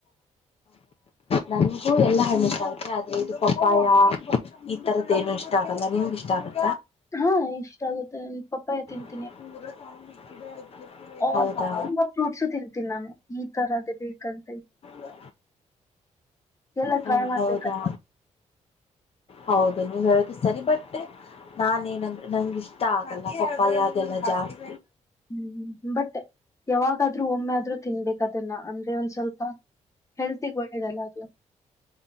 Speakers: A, on the left (about 50°); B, on the left (about 25°).
A: ನನ್ಗೂ ಎಲ್ಲಾ ಹಣ್ಣ ಕಾಲೆ ಆದ್ರೆ ಇದು ಪಪ್ಪಾಯ ಈ ತರದ ಏನು ಇಷ್ಟ ಆಗಲ್ಲ ನಿಮಗು ಇಷ್ಟ ಆಗುತ್ತೆ
B: ಹಾ ಇಷ್ಟ ಆಗುತ್ತೆ ನ ಪಪ್ಪಾಯ ತಿಂತ
A: <unintelligible>
B: ಆ
A: ಹೌದಾ
B: ಎಲ್ಲ ಫ್ರೂಟ್ಸು ತಿರ್ತಿ ನಾನು ಈ ತರ ಅದೇ ಬೇಕಲ್
A: ಅ
B: ಎಲ್ಲ
A: ಹ
B: ಟ್ರೈ ಮಾಡ್ಬೇಕಂತ
A: ಹೌದಾ ಹೌದು ನೀವ್ ಹೇಳುದು ಸರಿ ಬಟ್ ನಾನ ಏನಂದ್ರೆ ನಂ ಇಷ್ಟ ಆಗಲ್ಲ ಪಪ್ಪಯ ಯಾವದೆಲ್ಲ ಜಾಸ್ತಿ
B: ಹ್ಮ್ ಬಟ್ ಯಾವಾಗಾದ್ರೂ ಒಮ್ಮೆ ಆದ್ರೂ ತಿನ್ಬೇಕದನ್ನ ಅಂದ್ರೆ ಒಂದ್ ಸ್ವಲ್ಪ ಹೆಲ್ತಿಗೆ ಒಳ್ಳೆಯದು ಅಲ್ಲ